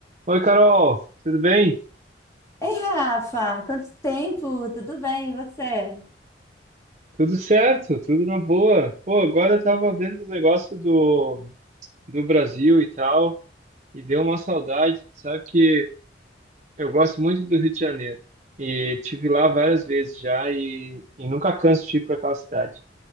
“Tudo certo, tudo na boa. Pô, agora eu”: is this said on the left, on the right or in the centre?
Right